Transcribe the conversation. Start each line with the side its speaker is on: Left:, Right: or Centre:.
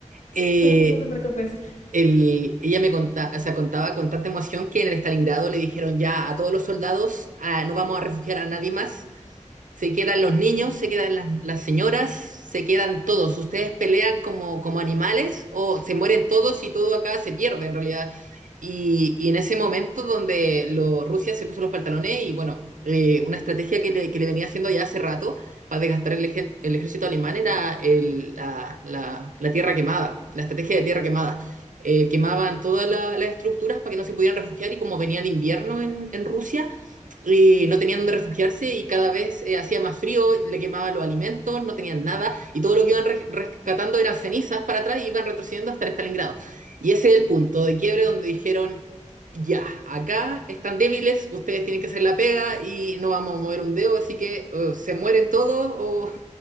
Right: eh,
Left: <laughs> No te preocupes.
Right: el- ella me contaba, o sea, contaba con tanta emoción que en el Stalingrado le dijeron ya a todos los soldados, ah, no vamos a refugiar a nadie más, se quedan los niños, se quedan las, las señoras, se quedan todos. Ustedes pelean como, como animales o se mueren todos y todo acá se pierde en realidad. Y, y en ese momento donde lo- Rusia se puso los pantalones y bueno, eh, una estrategia que le, que le venía haciendo ya hace rato para desgastar el, eje- el ejército alemán era el- la la- la tierra quemada, la estrategia de tierra quemada eh, quemaban todas la- las estructuras para que no se pudieran refugiar y como venía el invierno en, en Rusia, y no tenían donde refugiarse y cada vez eh, hacía más frío, le quemaban los alimentos, no tenían nada y todo lo que iban re- rescatando eran cenizas para atrás y iban retrocediendo hasta el Stalingrado. Y ese es el punto de quiebre donde dijeron, ya, acá están débiles, ustedes tienen que hacer la pega y no vamos a mover un dedo, así que eh, se mueren todos o,